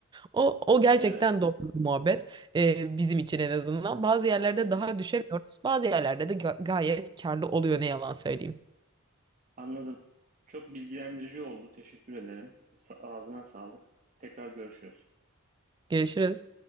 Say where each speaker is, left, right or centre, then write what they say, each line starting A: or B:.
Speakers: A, on the right (about 20°); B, on the right (about 35°).
A: O, o gerçekten
B: Evet.
A: doğru bir muhabbet. Ee, bizim için en azından. Bazı yerlerde
B: Hı hı.
A: daha düşemiyoruz. Bazı yerlerde de ga- gayet karlı oluyor ne yalan söyleyeyim.
B: Anladım. Çok bilgilendirici oldu. Teşekkür ederim. Sa- ağzına sağlık. Tekrar görüşürüz.
A: Görüşürüz.